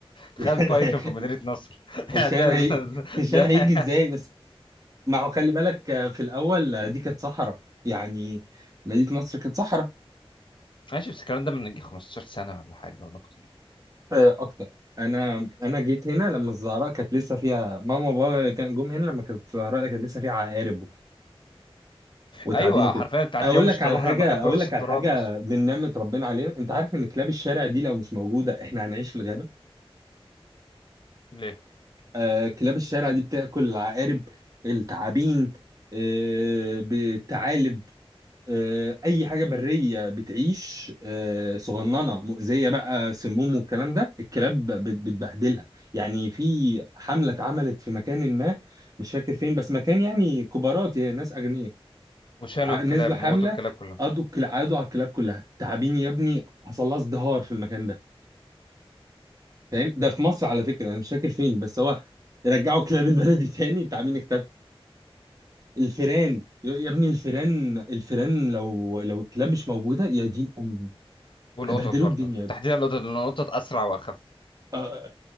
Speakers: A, on the left; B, on the right.
A: تخيل
B: <laughs>
A: بايثون في مدينه نصر <laughs>
B: الشام
A: ده ده,
B: هي الشام
A: ده.
B: هيجي ازاي بس ما هو خلي بالك آه، في الاول آه، دي كانت صحراء يعني مدينه مصر كانت صحراء
A: ماشي بس الكلام ده من يجي 15 سنه ولا حاجه ولا اكتر
B: آه، اكتر انا انا جيت هنا لما الزهراء كانت لسه فيها ماما وبابا كان جم هنا لما كانت الزهراء كانت لسه فيها عقارب وتعبين
A: ايوه
B: وكده
A: حرفيا انت هتلاقيهم
B: اقول لك
A: اشتروها
B: على حاجه
A: لما كان
B: اقول
A: برخص
B: لك
A: التراب
B: على حاجه
A: بس
B: من نعمه ربنا علينا انت عارف ان كلاب الشارع دي لو مش موجوده احنا هنعيش في الغابه
A: ليه
B: آه كلاب الشارع دي بتاكل العقارب التعابين آه بالثعالب آه اي حاجه بريه بتعيش آه صغننه مؤذيه بقى سموم والكلام ده الكلاب بت- بتبهدلها يعني في حمله اتعملت في مكان ما مش فاكر فين بس مكان يعني كبارات يعني ناس اغنياء
A: وشالوا
B: ع-
A: الكلاب
B: نزلوا حمله
A: موتوا الكلاب كلها
B: قضوا الكل- قعدوا على الكلاب كلها تعابين يا ابني حصل لها ازدهار في المكان ده فاهم ده في مصر على فكره انا مش فاكر فين بس هو رجعوا كلاب البلدي تاني التعابين اختفت الفيران يا يا ابني الفيران الفيران لو لو الكلاب مش موجوده يا دين امي
A: والقطط
B: هيبهدلوا
A: برضو
B: الدنيا يا ابني.
A: تحديدا القطط لان القطط اسرع واخف
B: آه، آه،